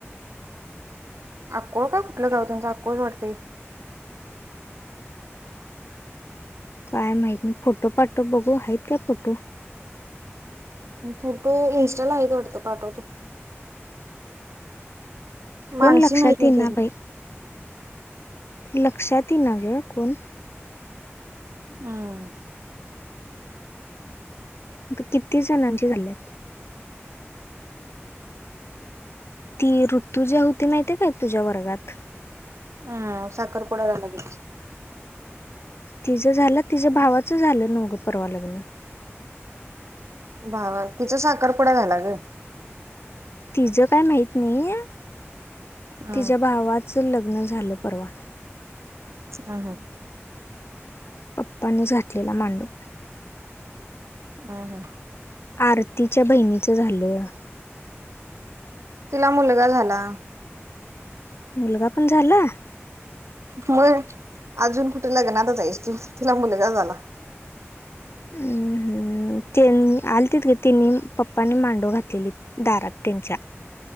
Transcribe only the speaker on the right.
अको का कुठलं गाव त्यांुचा अकोच वाटतय
फोटो इन्स्ट आहेच वाटतं पाठवतो मानसी
माहित नाही
काय
तुला?
हम्
हम् सखर कुड लाग
भावा तिचा साखर पुडा घाला ग
हम्म
अ हा
हम हा
तिला मुलगा झाला
मग अजून कुठे लग्नात जायस तू तिला मुलगा झाला